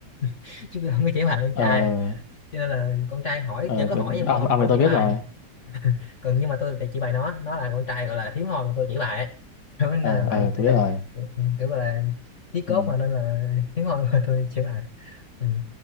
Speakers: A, on the left; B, on the left.
A: <laughs> chứ tôi không có chỉ bài con
B: ờ
A: trai cho nên là con trai hỏi
B: ờ
A: vẫn có
B: cái-
A: hỏi nhưng mà
B: ông
A: tôi không
B: ông
A: không
B: này tôi
A: chỉ
B: biết
A: bài
B: rồi
A: còn nhưng mà tôi thì chỉ bày nó nó là con trai gọi là hiếm hoi mà tôi chỉ bày, <laughs> kiểu là
B: ờ
A: vậy
B: ờ
A: thì
B: tôi
A: tại
B: biết rồi
A: vì kiểu, ừ, kiểu gọi là chí cốt
B: ừ
A: mà nên là hiếm hoi mà tôi chỉ bày, ừ.